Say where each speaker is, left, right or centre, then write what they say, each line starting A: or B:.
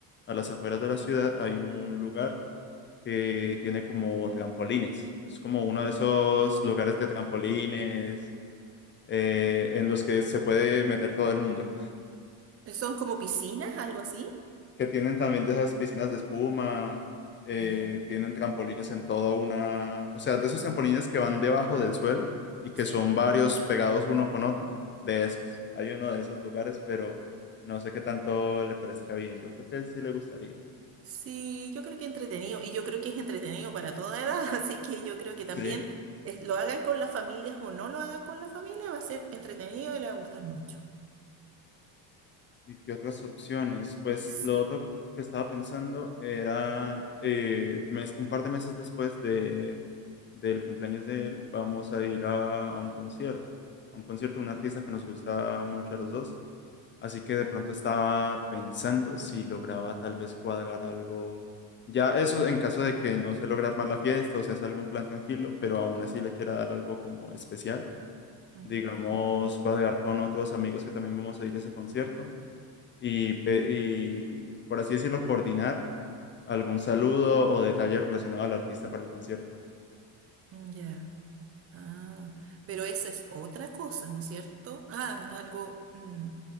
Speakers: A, on the left; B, on the right.
A: a las afueras de la ciudad hay un lugar que tiene como trampolines. Es como uno de esos lugares de trampolines eh, en los que se puede meter todo el mundo.
B: ¿Son como piscinas, algo así?
A: Que tienen también de esas piscinas de espuma, eh,
B: Ah,
A: tienen trampolines en toda una... O sea, de esos trampolines que van debajo del suelo y que
B: sí.
A: son varios pegados uno con otro. De esos. Hay uno de esos lugares, pero no sé qué tanto le parezca bien. Yo creo que él sí le gustaría.
B: Sí, yo creo que entretenido, y yo creo que es entretenido para toda edad, <laughs> así que yo creo que también
A: Sí.
B: eh, lo hagan con las familias o no lo hagan con la familia, va a ser entretenido y le va a gustar mucho.
A: ¿Y qué otras opciones? Pues
B: Sí.
A: lo otro que estaba pensando era eh, mes- un par de meses después de, del cumpleaños de él, vamos a ir a, a un concierto, a un concierto de un artista que nos gusta mucho a los dos. Así que de pronto estaba pensando si lograba tal vez cuadrar algo. Ya eso en caso de que no se logre armar la fiesta o se hace algún plan tranquilo, pero aún así le quiera dar algo como especial.
B: Ujú,
A: Digamos, cuadrar con otros amigos que también vamos a ir a ese concierto y, pe- y, por así decirlo, coordinar algún saludo o detalle relacionado al artista para el concierto.
B: Mm, Ya. Ah, pero esa es otra cosa, ¿no es cierto? Ah, algo, mm,